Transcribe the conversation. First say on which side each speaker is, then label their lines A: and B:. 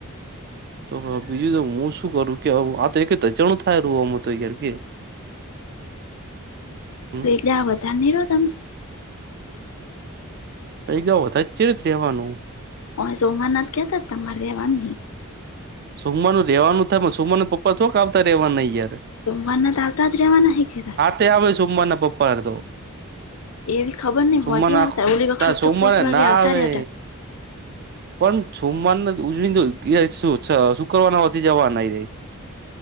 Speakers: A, on the right; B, on the left.
A: તો વ બીજું તો હું શું કરું કે આ વાત એક ધચાણું થાય રું ઑમ તો યાર કે. હમ
B: તો એક દાડો વધાર નહી રો તમે.
A: એકદા વધાર ચેવીત રેવાનું.
B: પણ સોમરનાથ કેતા તમારે રેવાની હે.
A: સોમવારનું રહેવાનું થાય પણ સોમવારન પપ્પા છોક આવતા રેવા ના યાર.
B: સોમવારના તો આવતા જ રહેવાના હિ કીધા.
A: તે આમેય સોમવાર ના પપ્પા ર તો.
B: એવી ખબર નહ
A: સોમમાં
B: હોજે
A: નાખ,
B: આવતા ઓલી વખત
A: ચ સોમવારે
B: તો પોચ વાગે
A: ના
B: આવતા
A: આવે
B: રહ્યા હતા
A: પણ સોમમારને ઉજળી <unintelligible> અચ્છા શુક્રવાના હોથી જવાના <unintelligible>